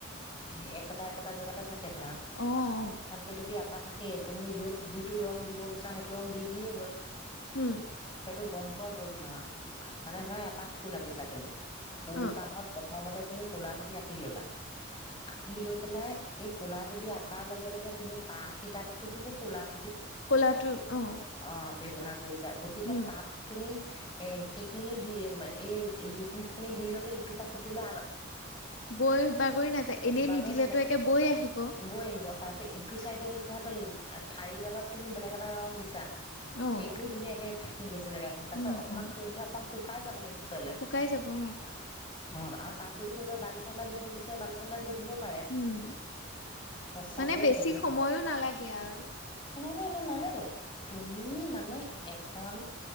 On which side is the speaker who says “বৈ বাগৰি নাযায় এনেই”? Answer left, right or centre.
Left